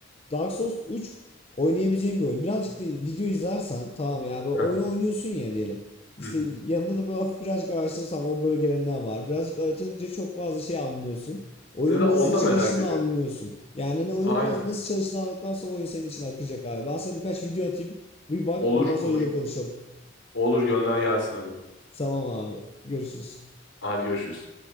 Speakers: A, on the left; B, on the left.
A: Dark Souls 3 oynayabileceğim bir oyun. Birazcık da video izlersen tamam yani böyle
B: aha,
A: oyunu oynuyorsun ya diyelim. İşte
B: hı hı.
A: yanında da böyle hafif birazcık araştırırsan o bölgede ne var. Birazcık aratınca çok fazla şey anlıyorsun. Oyunun
B: Mesela
A: nasıl
B: onu da
A: çalıştığını
B: merak ediyorum.
A: anlıyorsun. Yani hani oyun
B: Aynen.
A: biraz nasıl çalıştığını anladıktan sonra oyun senin için akacak abi. Ben sana birkaç video atayım. Bir bak
B: Olur,
A: ondan sonra
B: olur.
A: yine konuşalım.
B: Olur gönder gelsin hadi.
A: Tamam abi. Görüşürüz.
B: Hadi görüşürüz.